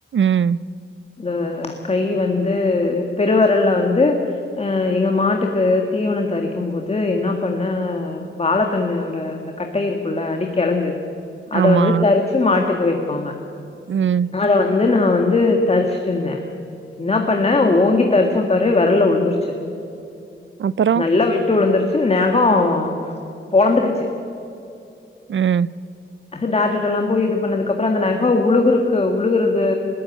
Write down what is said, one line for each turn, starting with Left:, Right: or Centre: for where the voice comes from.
Right: ம்.
Left: இந்த கை வந்து பெருவரல்ல வந்து அ எங்க மாட்டுக்கு தீவனந்த் தரிக்கும் போது என்ன பண்ண வாழகண்ணோட இந்த கட்டை இருக்குல்ல அடிக்கெழங்கு அத
Right: ஆமா.
Left: வந்துத் தரிச்சு மாட்டுக்கு வெப்பாங்க
Right: ம்
Left: அத வந்து நான் வந்து தரிச்சுட்டு இருந்தன் என்ன பண்ணேன் ஓங்கி தரிச்சம் பாரு வெரல்ல உழுந்துருச்சு
Right: அப்புறம்?
Left: நல்லா வெ ட்டு உழுந்துருச்சு நகொம் பொழந்துகிச்சு
Right: ம்
Left: டாட்டர்ட்ட எல்லா போயி இது பண்ணதுக்கு அப்புற அந்த நகம் உழுகரு உழுகுறது